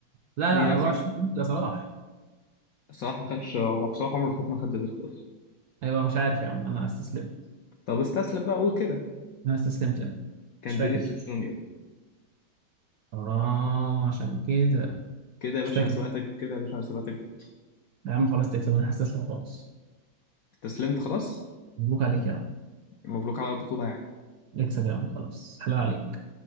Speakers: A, on the right; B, on the left.
A: لا
B: مين
A: لا
B: اخر
A: 24 ده صلاح
B: صلاح ما خدش آه، صلاح عمره فات ما خد زي بيسكوت
A: ايوه مش عارف يا عم انا استسلمت
B: طب استسلم بقى قول كده
A: انا استسلمت يا عم
B: كان
A: مش فاكر
B: فينيسيوس
A: بصراحة.
B: جونيور
A: اه عشان كده
B: كده يا
A: مش
B: باشا
A: فاكر
B: انا سبقتك كده يا باشا انا سبقتك بنقطه
A: يا عم خلاص تكسب انا هستسلم خالص
B: استسلمت خلاص
A: مبروك عليك يا عم
B: مبروك على البطوله يعني
A: اكسب يا عم خلاص حلال عليك